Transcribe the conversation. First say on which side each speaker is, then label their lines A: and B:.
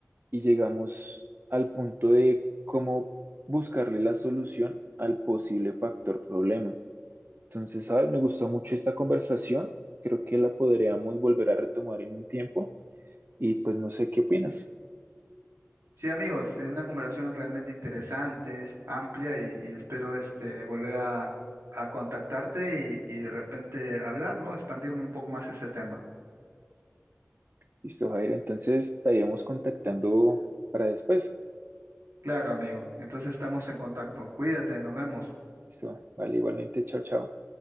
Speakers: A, on the right (about 50°); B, on the right (about 85°).
A: y llegamos al punto de cómo buscarle la solución al posible factor problema. Entonces, sabes, me gustó mucho esta conversación. Creo que la podríamos volver a retomar en un tiempo y pues no sé qué opinas.
B: Sí, amigos, es una conversación realmente interesante, es amplia y, y espero este, volver a, a contactarte y, y de repente hablar, ¿no? Expandir un poco más ese tema.
A: Listo, Jair. Entonces, estaríamos contactando para después.
B: Claro, amigo. Entonces estamos en contacto. Cuídate, nos vemos.
A: Listo. Vale, igualmente. Chao, chao.